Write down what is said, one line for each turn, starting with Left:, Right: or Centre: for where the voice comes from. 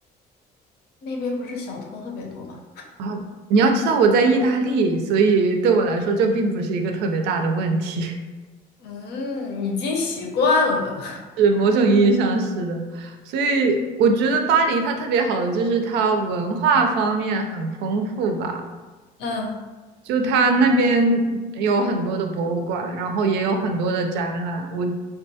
Left: 那边不是小偷特别多吗？
Right: 啊，你要知道我在意大利，所以对我来说这并不是一个特别大的问题。
Left: 嗯，已经习惯了。
Right: 是某种意义上是的，所以我觉得巴黎它特别好的就是它文化方面很丰富吧，
Left: <laughs> 嗯
Right: 就它那边有很多的博物馆，然后也有很多的展览。我